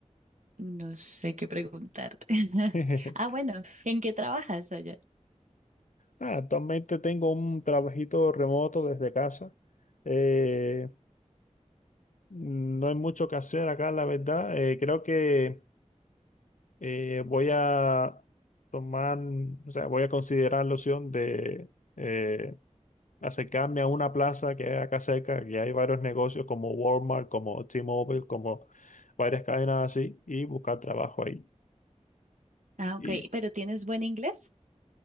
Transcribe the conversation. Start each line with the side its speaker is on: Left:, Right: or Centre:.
Right: no sé qué preguntarte. <laughs>
Left: <laughs>
Right: Ah, bueno, ¿en qué trabajas allá?
Left: Ah, actualmente tengo un trabajito remoto desde casa. eh, No hay mucho que hacer acá, la verdad. Eh, creo que eh, voy a tomar, o sea, voy a considerar la opción de eh, acercarme a una plaza que hay acá cerca, que hay varios negocios como Walmart, como T-Mobile, como varias cadenas así, y buscar trabajo ahí.
Right: Ah, ok,
Left: Y
Right: pero ¿tienes buen inglés?